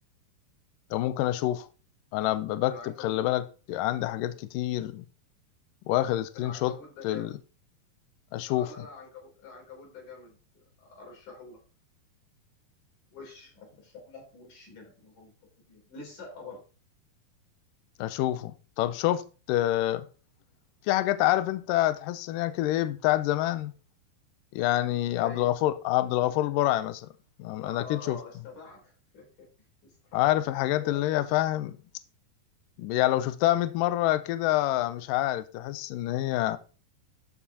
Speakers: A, on the left; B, on the left.
A: ممكن اشوفه انا ب- بكتب
B: العنكبوت
A: خلي بالك عندي حاجات كتير واخد سكرين
B: العنكبوت
A: شوت
B: ده جامد
A: ال- اشوفه
B: اه لا لا عنكبوت العنكبوت ده جامد ارشحه لك وش ارشحه لك وش كده كده نبقى متفقين للسقة برضو
A: اشوفه طب شفت آه، في حاجات عارف انت تحس ان هي كده ايه بتاعت زمان يعني
B: زي
A: عبد الغفور عبد الغفور البرعي مثلا انا
B: اه اه
A: اكيد شفته
B: آه، استمعت <laughs> استمعت
A: عارف الحاجات
B: ده حوار
A: اللي هي فاهم يعني لو شفتها 100 مرة كده مش عارف تحس ان هي